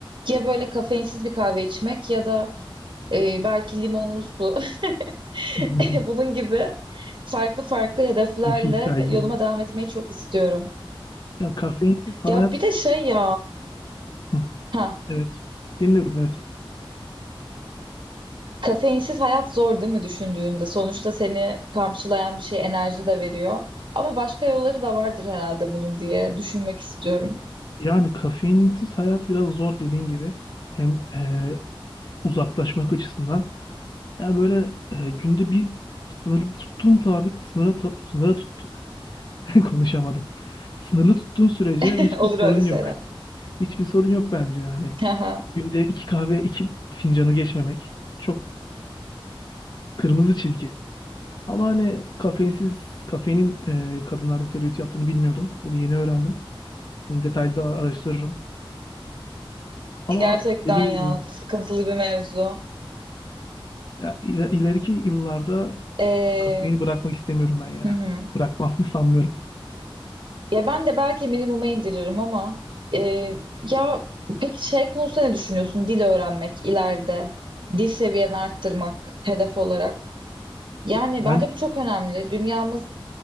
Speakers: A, on the right; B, on the left.
A: ya böyle kafeinsiz bir kahve içmek ya da e, belki limonlu su. <laughs> <laughs>
B: <laughs>
A: Bunun gibi farklı farklı hedeflerle
B: Yeşil çay gibi.
A: yoluma devam etmeyi çok istiyorum.
B: Ya kafeinsiz hayat.
A: Ya bir de şey ya,
B: <laughs>
A: ha
B: Evet. Dinliyorum evet.
A: kafeinsiz hayat zor değil mi düşündüğünde? Sonuçta seni kamçılayan bir şey enerji de veriyor. Ama başka yolları da vardır herhalde bunun diye düşünmek istiyorum.
B: Yani kafeinsiz hayat biraz zor dediğin gibi. Hem e, uzaklaşmak açısından. Yani böyle e, günde bir sınır tuttuğun tabi sınıra ta- sınıra tut <laughs> konuşamadım. Sınırlı tuttuğun sürece
A: <laughs>
B: hiçbir
A: Olur
B: sorun
A: öyle şeyler.
B: yok. Hiçbir sorun yok bence yani.
A: Haha.
B: Günde iki kahve iki fincanı geçmemek çok kırmızı çizgi. Ama hani kafeinsiz kafeinin e, kadınlarda selülit yaptığını bilmiyordum. Bunu yeni öğrendim. Bunu detaylı da araştırırım. Ama
A: Gerçekten
B: dediğim
A: ya
B: gibi
A: sıkıntılı bir mevzu.
B: ya iler- ileriki yıllarda
A: Ee,
B: kafeini bırakmak istemiyorum ben ya.
A: hı hı.
B: Bırakmam <laughs> sanmıyorum.
A: Ya ben de belki minimuma indiririm ama e, ya peki şey konusunda ne düşünüyorsun? Dil öğrenmek ileride, dil seviyeni arttırmak hedef olarak. Yani
B: Ben
A: bence bu çok önemli. Dünyamız